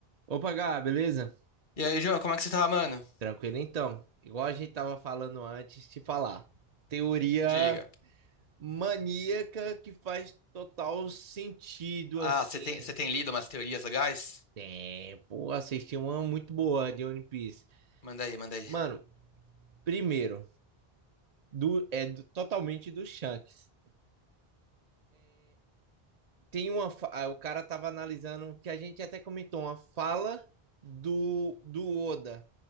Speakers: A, on the right; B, on the left.
A: Opa, Gá, beleza?
B: E aí, João, como é que você tá, mano?
A: Tranquilo então. Igual a gente tava falando antes, te falar. Teoria
B: Diga.
A: maníaca que faz total sentido,
B: Ah,
A: assim.
B: você tem, você tem lido umas teorias legais?
A: É, pô, assisti uma muito boa de One Piece.
B: Manda aí, manda aí.
A: Mano, primeiro, do, é do- totalmente do Shanks. Tem uma. fa- ah, O cara tava analisando que a gente até comentou uma fala do, do Oda.